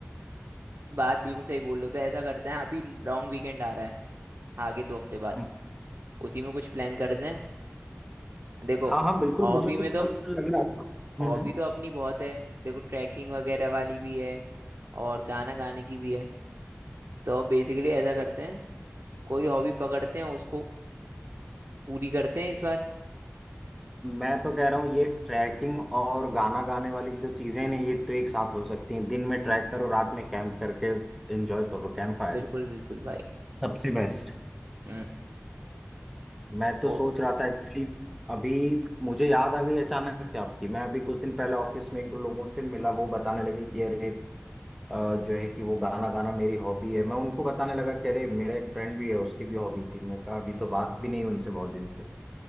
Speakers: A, on the right; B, in the centre.
A: बात बिल्कुल सही बोल रहे हो तो ऐसा करते हैं अभी लॉन्ग वीकेंड आ रहा है आगे दो हफ्ते बाद
B: हम्म,
A: उसी में कुछ प्लान करते हैं देखो
B: हाँ हाँ बिल्कुल
A: हॉबी
B: मुझे
A: में
B: तो
A: तो
B: लग रहा था
A: हॉबी
B: हम्म हम्म।
A: तो अपनी बहुत है देखो ट्रैकिंग वगैरह वाली भी है और गाना गाने की भी है तो बेसिकली ऐसा करते हैं कोई हॉबी पकड़ते हैं उसको पूरी करते हैं इस बार
B: मैं तो कह रहा हूँ ये ट्रैकिंग और गाना गाने वाली जो चीजें हैं ये तो एक साथ हो सकती हैं दिन में ट्रैक करो रात में कैंप करके एंजॉय करो कैंप फायर
A: बिल्कुल बिल्कुल भाई
B: सबसे बेस्ट
A: हम्म
B: मैं तो
A: ओ
B: सोच रहा था एक्चुअली अभी मुझे याद आ गई अचानक से आपकी मैं अभी कुछ दिन पहले ऑफिस में एक दो लोगों से मिला वो बताने लगे कि अरे अ, जो है कि वो गाना गाना मेरी हॉबी है मैं उनको बताने लगा कि अरे मेरा एक फ्रेंड भी है उसकी भी हॉबी थी मैं कहा अभी तो बात भी नहीं हुई उनसे बहुत दिन से